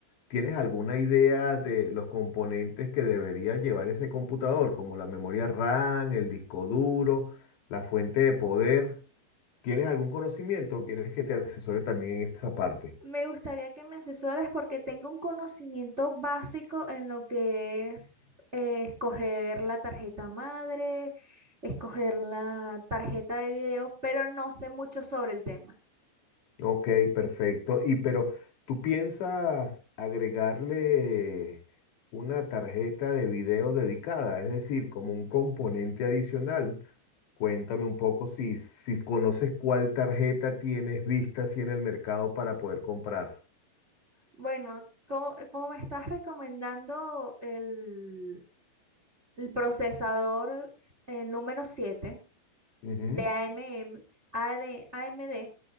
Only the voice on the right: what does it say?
Me gustaría que me asesores porque tengo un conocimiento básico en lo que es eh, escoger la tarjeta madre, escoger la tarjeta de video, pero no sé mucho sobre el tema.
Bueno, como, como me estás recomendando el, el procesador s- eh, número 7.
de AMM, AD AMD,